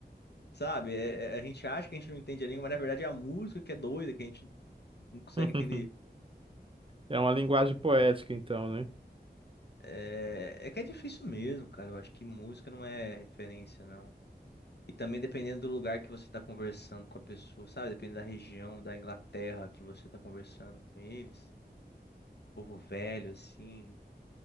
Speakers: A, on the left; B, on the right.
A: sabe? É- é- a gente acha que a gente não entende a língua, mas na verdade é a música que é doida, que a gente não consegue
B: <laughs>
A: entender.
B: é uma linguagem poética então, né?
A: É, é que é difícil mesmo, cara. Eu acho que música não é referência, não. E também dependendo do lugar que você tá conversando com a pessoa, sabe? Dependendo da região, da Inglaterra que você tá conversando com eles. Povo velho, assim.